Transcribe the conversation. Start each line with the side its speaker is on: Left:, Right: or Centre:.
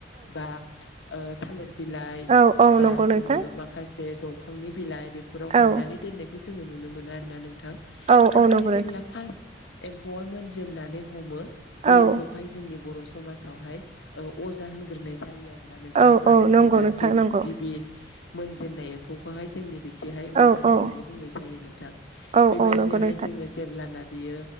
Left: बा ओ थालिर बिलाइ
Right: औ औ
Left: बा
Right: नंगौ नोंथां
Left: जों माखसे दांनि बिलाइ बेफीरा हनानैननाय
Right: औ
Left: जोङो नुनो मोनो आरोना नोंथां।
Right: औ
Left: जोङो
Right: नंगौ नोंथां औ
Left: जेब्ला फार्स्ट एम्फौआ मोनजेेननानै हमो बे
Right: औ
Left: एम्फौखाय जोंनि बर' समाजावहाय अजा होनग्रोनाय जायो आरो ना नोंथां।
Right: औ
Left: मानो
Right: औ
Left: होनोब्ला
Right: नंगौ नोंथां
Left: जे
Right: नंगौ
Left: गिबि मोनजेननाय एम्फौखौहाय जोंनि बे खिहाय अजा
Right: औ
Left: होननानै
Right: औ
Left: बुंनाय जायो नोंथां।
Right: औ
Left: बेबायदिनोहाय
Right: औ नंगौ नोंथां
Left: जोङो जेब्लाना बियो